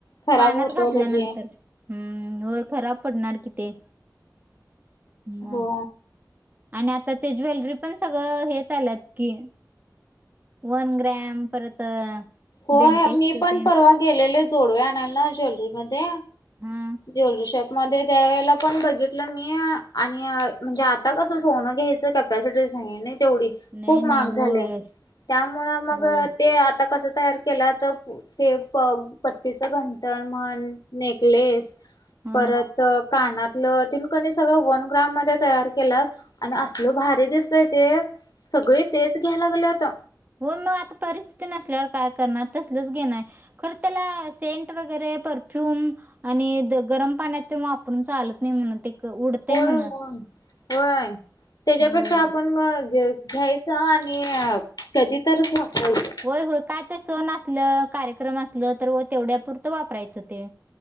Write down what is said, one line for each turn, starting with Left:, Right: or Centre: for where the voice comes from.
Left: खराब
Right: पाण्यात
Left: होतय
Right: घातल्यानंतर
Left: लगे
Right: हम्म होय खराब पडणार कि ते म
Left: हो.
Right: आणि आता ते ज्वेलरी पण सगळं हेचं आल्यात की, वन ग्रॅम परत
Left: होय
Right: बेंटेक्सच
Left: मी पण
Right: तेन
Left: परवा गेलेले जोडवे आणायला ज्वेलरी मध्ये
Right: हा
Left: ज्वेलरी शॉप मध्ये त्यावेळेला पण बघितलं मी आणि म्हणजे आता कसं सोनं घ्यायचं कॅप कॅपॅसिटीच नायये ना तेवढी
Right: नाही
Left: खूप
Right: नाही
Left: महाग
Right: होय
Left: झाले त्यामुळ मग
Right: होय
Left: ते आत आता कसं तयार केला तर ते प पट्टीचं घंटर म्हन नेकलेस
Right: हा
Left: परत कानातलं तीन कनय सगळं वन ग्राम मध्ये तयार केलात आणि असल भारी दिसतय ते सगळे तेच घ्यायला लागल्यात.
Right: हो मग आता परिस्थिती नसल्यावर काय करणार तसलच घेण खरं त्याला सेंट वगैरे परफ्युम आणि गरम पाण्यात ते वापरून चालत नाय म्हण ते उडतंय
Left: होय
Right: म्हण
Left: मग होय त्याच्यापेक्षा
Right: होय
Left: आपण मग घ्यायचं आणि कधी तरच वापरायचं
Right: होय होय काय तर सण असलं कार्यक्रम असल तर वं तेवढ्यापुरतं वापरायचं ते